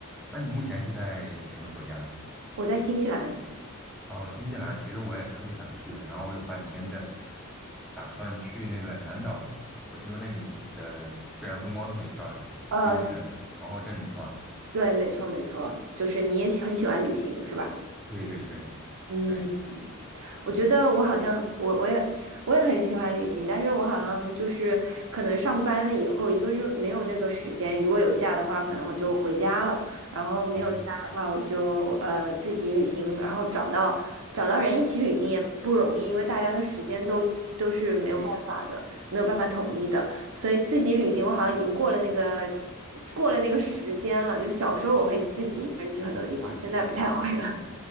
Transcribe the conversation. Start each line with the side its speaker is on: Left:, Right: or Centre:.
Centre: 那你目前是在哪个国家？
Right: 我在新西兰，
Centre: 哦，新西兰其实我也特别想去，然后我有办签证，打算去那个南岛。我听说那里的自然风光特别漂亮，
Right: 呃，
Centre: 基督城、皇后镇那块儿。
Right: 对，没错没错，就是你也喜很喜欢旅行是吧？
Centre: 对对对
Right: 嗯。
Centre: 对，
Right: 我觉得我好像我我也我也很喜欢旅行，但是我好像就是可能上班了以后，一个是没有那个时间，如果有假的话，可能我就回家了，然后没有假的话，
Centre: 哦，
Right: 我就呃自己旅行，然后找到找到人一起旅行也不容易，因为大家的时间都都是没有办法的，
Centre: 确实，
Right: 没有办法统一的，所以自己旅行我好像已经过了那个过了那个时间了，就小时候我会自己一个人去很多地方，现在不太会了。